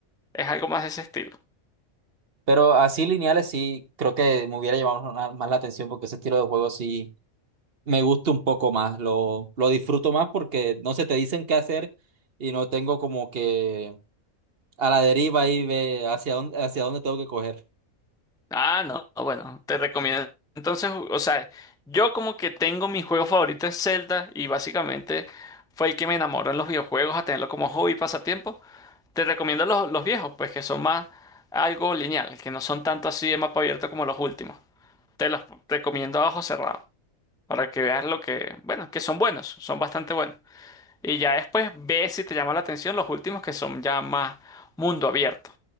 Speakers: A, in the centre; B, on the right.
A: Es algo más de ese estilo.
B: Pero así lineales sí, creo que me hubiera llamado más más la atención porque ese estilo de juego sí. me gusta un poco más, lo, lo disfruto más porque no se te dicen qué hacer y no tengo como que a la deriva y ve hacia dónde, hacia dónde tengo que coger.
A: Ah, no, no, bueno, te recomiendo. Entonces, o sea, yo como que tengo mi juego favorito es Zelda y básicamente fue el que me enamoró en los videojuegos a tenerlo como hobby y pasatiempo. Te recomiendo los, los viejos, pues que son más algo lineal, que no son tanto así de mapa abierto como los últimos. te los recomiendo a ojo cerrado para que veas lo que, bueno, que son buenos, son bastante buenos. Y ya después ve si te llama la atención los últimos que son ya más mundo abierto.